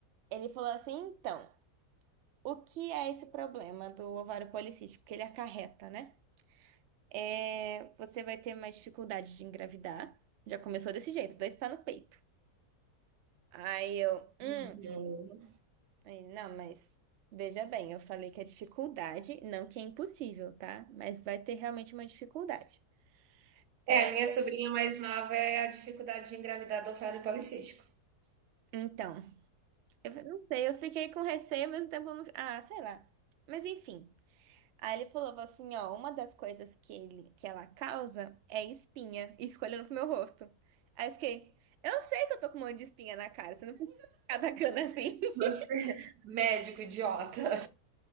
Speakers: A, on the right; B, on the right.
A: Ele falou assim: então, o que é esse problema do ovário policístico que ele acarreta, né? É, você vai ter mais dificuldade de engravidar. Já começou desse jeito, dois pés no peito. Aí eu, hum.
B: Hum.
A: Aí ele, não, mas veja bem, eu falei que é dificuldade, não que é impossível, tá? Mas vai ter realmente uma dificuldade.
B: É,
A: É,
B: minha sobrinha mais nova é a dificuldade de engravidar do ovário policístico.
A: então, eu não sei, eu fiquei com receio, mas o tempo eu não. Ah, sei lá. Mas enfim. Aí ele falou assim, ó, uma das coisas que ele, que ela causa é espinha. E ficou olhando pro meu rosto. Aí eu fiquei, eu sei que eu tô com um monte de espinha na cara, você não precisa ficar atacando assim. <laughs>
B: Você, <laughs> médico idiota.